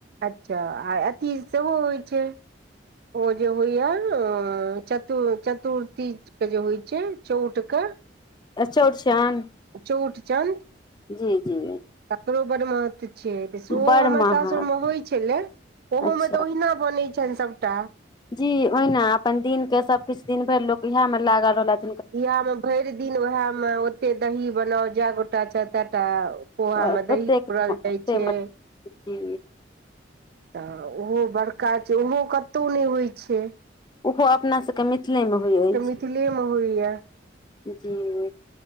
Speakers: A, on the right; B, on the left.
A: अच्छा आ अथी सेहो होइ छैय। ओ जे होइया चतु चतुर्थीके जे होइ छैय चौठक
B: अ चौर्चन?
A: चउठचंद
B: जी जी
A: ओकरो बड़ महत्व छैय सोहो
B: बड़
A: हमर
B: महग
A: सासुर मे होइ छले ओहो
B: अच्छा
A: में ते ओहिना बने चन सबटा
B: जी ओहिना अपन दिन के सबकिछ दिन भइर लोक इएहा मे लागल रहलथ
A: इएहमे भरि दिन उएहमे ओतेक दही बनाउ जए गोटा छैय तए टा पोहा
B: ओतेक
A: मे दही पूरल
B: ओते
A: जाइ छैय।
B: जी
A: तऽ ओहो बड़का छैय ओहो कतहु नहि होइ छैय।
B: ओहो अपना सबके मिथिलेमे होइ अछि
A: मिथिले मे होइया
B: जी